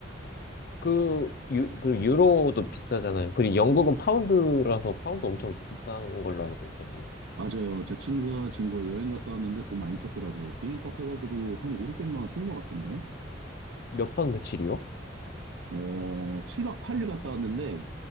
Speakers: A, on the left; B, on the right.
A: 그, 유, 그리고 유로도 비싸잖아요. 그리고 영국은 파운드라서 파운드 엄청 비싼 걸로 알고 있거든요.
B: 맞아요. 제 친구가 지금 거의 여행 갔다 왔는데 돈 많이 썼더라고요. 비행값 해가지고 한 5, 600만 원 쓴 것 같은데.
A: 몇박 며칠이요?
B: 어, 7박 8일 갔다 왔는데